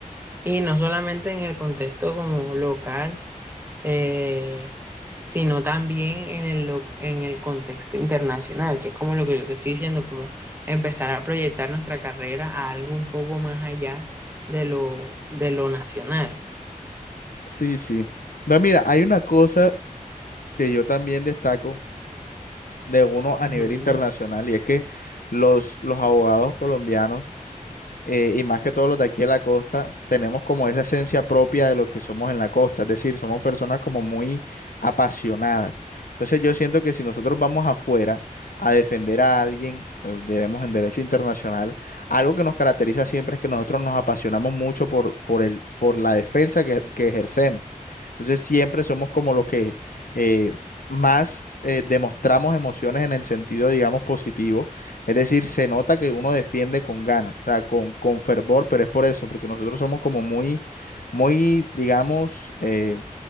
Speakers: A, on the right; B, on the left.
A: Y no solamente en el contexto como local, eh, sino también en el, lo- en el contexto internacional, que es como lo que yo te estoy diciendo, como empezar a proyectar nuestra carrera a algo un poco más allá de lo, de lo nacional.
B: Sí, sí. No, mira, hay una cosa que yo también destaco de uno a
A: Ujú.
B: nivel internacional y es que los, los abogados colombianos eh, y más que todos los de aquí de la costa, tenemos como esa esencia propia de lo que somos en la costa, es decir, somos personas como muy apasionadas. Entonces yo siento que si nosotros vamos afuera a defender a alguien, eh, debemos en derecho internacional, algo que nos caracteriza siempre es que nosotros nos apasionamos mucho por, por el, por la defensa que, que ejercemos. Entonces siempre somos como los que eh, más eh, demostramos emociones en el sentido, digamos, positivo es decir, se nota que uno defiende con ganas, o sea, con, con fervor, pero es por eso, porque nosotros somos como muy, muy, digamos, eh,